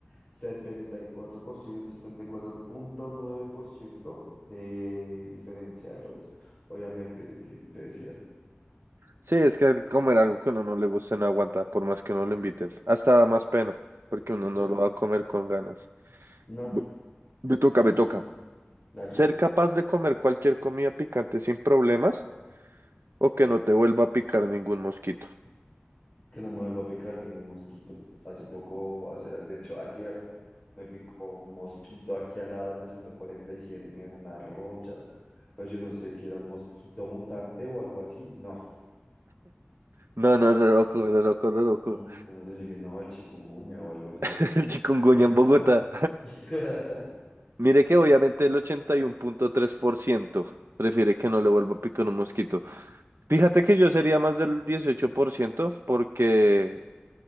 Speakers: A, on the left; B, on the right.
A: setenta setenta y y cuatro cuatro por ciento, setenta y cuatro punto nueve por ciento de diferencia del otro. Obviamente lo que te decía.
B: Sí, es que el comer algo que a uno no le gusta no aguanta, por más que uno lo
A: No,
B: inviten. Hasta da más pena, porque uno
A: exacto.
B: no lo va a comer con ganas.
A: No,
B: Bu- Me toca, me
A: ujú,
B: toca.
A: Dale,
B: ¿Ser capaz de comer cualquier comida picante sin problemas o que no te vuelva a picar ningún mosquito?
A: que no me vuelva a picar ningún mosquito. Hace poco, hace, de hecho, ayer me picó un mosquito aquí al lado de la 147 y siete y me dejó una roncha. Pues yo no sé si era un mosquito mutante o algo así. No,
B: No, no, re loco, re loco, re loco.
A: mm, yo no sé, yo dije, no, el chikungunya o algo así.
B: <laughs> El chikungunya
A: <laughs>
B: en Bogotá. Mire que obviamente el ochenta y uno punto tres por ciento prefiere que no le vuelva a picar un mosquito. Fíjate que yo sería más del 18% porque